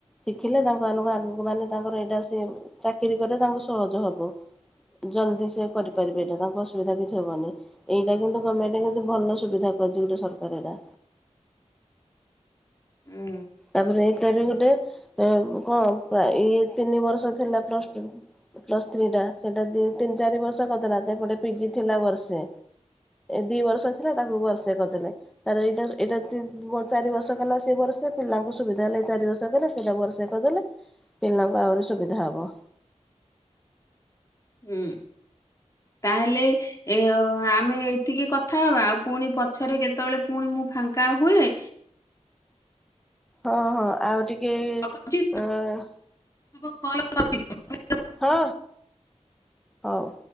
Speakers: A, in the centre; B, on the left (about 25°).
A: ଶିଖିଲେ ତାଙ୍କ ମଙ୍କୁ ଆଗକୁ ମାନେ ତାଙ୍କର ଏଇଟା ସେ ଚାକିରି କଲେ ତାଙ୍କୁ ସହଜ ହବ। ଜଲଦି ସେ କରିପାରିବେ ଏଇଟା ତାଙ୍କ ଅସୁବିଧା କିଛି ହବନି ।ଏଇଟା କିନ୍ତୁ ଗଭର୍ଣମେଣ୍ଟ ଭଲ ସୁବିଧା କୁଛି ଗୋଟେ ସରକାର ଏଇଟା।
B: ହୁଁ
A: ତାପରେ ଏଇଟା ବି ଗୋଟେ କଣ ଇଏ ତିନି ବର୍ଷ ଥିଲା ପ୍ଲ ଟ ପ୍ଲସ ଥ୍ରୀ ଟା ସେଟା ତିନି ଚାରି ବର୍ଷ କରିଦେଲାପଟେ ପିଜି ଥିଲା ବର୍ଷେ ଦି ବର୍ଷ ଥିଲା ତାକୁ ବର୍ଷେ କରିଦେଲେ ତାରେ ଏଇଟା ଏଟା ଚାରି ବର୍ଷ କଲା ସେ ବର୍ଷେ ପିଲଙ୍କୁ ସୁବିଧ ହେଲେ ଚାରି ବର୍ଷକଲେ ପିଲାଙ୍କର ସେ କରିଦେଲେ ପିଲାଙ୍କୁ ଆହୁରି ସୁବିଧା ହବ।
B: ହୁଁ ତାହେଲେ ଏ ଆମେ ଏଇତିକି କଥା ହବା ଆଉ ପୁଣି ପଛରେ କେତେବେଳେ ପୁଣି ମୁଁ ଫାଙ୍କା ହୁଏ
A: ହଁ ହଁ ଆଉ ଟିକେ କି
B: ରଖୁଛି।
A: ଆ
B: <inaudible>
A: ହଁ ହଉ।